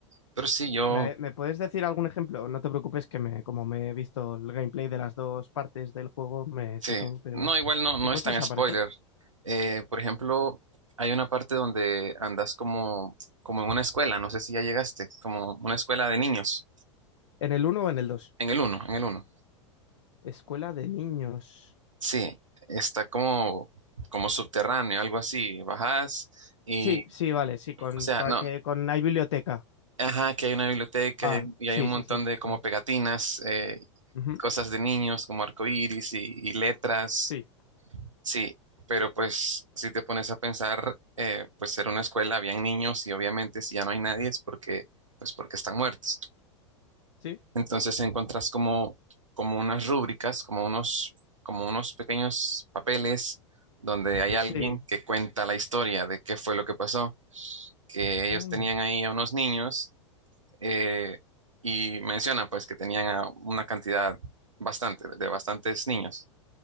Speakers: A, on the right; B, on the left.
A: Pero sí, yo,
B: ¿Me, me puedes decir algún ejemplo? No te preocupes que me, como me he visto el gameplay de las dos partes del juego, me
A: sí,
B: sé todo, pero
A: no, igual no, no
B: ¿qué cosas
A: es tan spoiler.
B: aparecen?
A: Eh, por ejemplo, hay una parte donde andas como, como en una escuela, no sé si ya llegaste, como una escuela de niños,
B: ¿En el uno o en el dos.
A: en el uno, en el uno.
B: Escuela de niños.
A: Sí, está como, como subterráneo, algo así, bajas y,
B: Sí, sí, vale, sí, con,
A: o sea,
B: con-
A: no,
B: que, con hay biblioteca.
A: ajá, que hay una biblioteca
B: Ah,
A: y
B: sí,
A: hay un montón
B: sí, sí,
A: de como
B: vale.
A: pegatinas, eh,
B: Ujú,
A: cosas de niños, como arcoíris y, y letras
B: Sí,
A: Sí, pero pues si te pones a pensar, eh, pues era una escuela, habían niños y obviamente si ya no hay nadie es porque, pues porque están muertos.
B: sí,
A: Entonces encontrás como, como unas rúbricas, como unos, como unos pequeños papeles donde hay alguien
B: sí.
A: que cuenta la historia de qué fue lo que pasó, que ellos
B: Anda.
A: tenían ahí a unos niños eh, y menciona pues que tenían a una cantidad bastante, de bastantes niños.